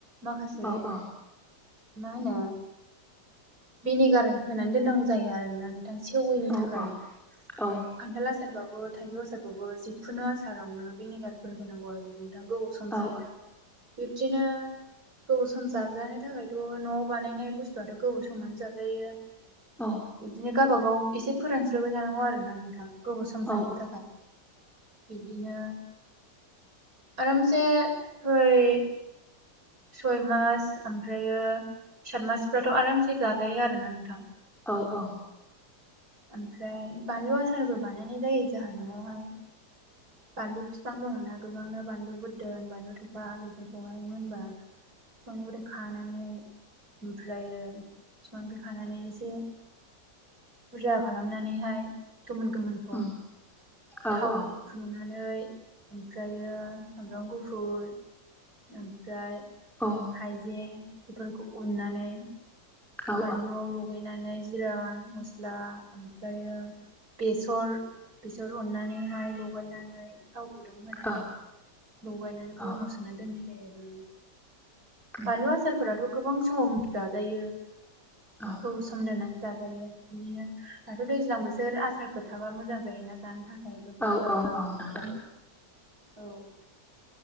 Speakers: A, on the right (about 55°); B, in the centre.
A: मखासे
B: औ औ
A: मा होनो भिनेगार होनानै दोननांगौ जायो आरोना नों थां सेवयनि
B: औ
A: थाखाय
B: औ
A: खान्थाल आसारबाबो। थाइगौ आसारावबो जिखुनु आसारावनो भिनेगारफोर होनांगौ आरो नों थां गोबाव सम
B: औ
A: जानो था बिब्दिनो गोबाव सम जाजानो थाखायथ नआव बानायनाय बुस्थुआथ' गोबाव समानो जाजायो।
B: औ
A: बिदिनो गावबागाव एसे फोरानस्रोबाय थानांगौ आरो ना नोंथां थोमजानो
B: औ
A: थाखाय बिदिनो आरामसे सय सय मास ओमफ्रायो सात मासफ्राथ' आरामसे जाजायो आरोना नोंथां
B: औ औ
A: ओमफ्राय बानलु आसारबो बानायनाय जायो जोंहा न'आवहाय बानलु बिफां दङना गोबांनो बानलु बुरदोन बानलु थफा बेफोरखौहाय मोनबा <unintelligible> खानानै ओमफ्रायो बिफांख्रि खानानै एसे बुरजा खालामनानैहाय गोमोन गोमोनखौ
B: उम औ
A: <unintelligible>
B: औ
A: सानै ओमफ्रायो सामब्राम गुफुर ओमफ्राय
B: औ
A: हाइजें इफोरखौ उननानै
B: औ
A: बानलुआव लगैनानै जिरा मस्ला ओमफायो बेसर बेर अननानैहाय लगायनानै थाव गुदुं होनानै
B: औ
A: लगायनानै
B: औ
A: बयामाव सोनानै दोननाय जायो
B: उम
A: बानलु आसारफोराथ' गोबां सम जाजायो
B: औ
A: ग सोमदोनानै जागोन बिदिनो दाथ' दैज्लां बोसोर आसारफोर थाबा मोजां जायोना <unintelligible>
B: औ औ
A: लांनो
B: औ
A: थाखाय
B: नोंथां
A: औ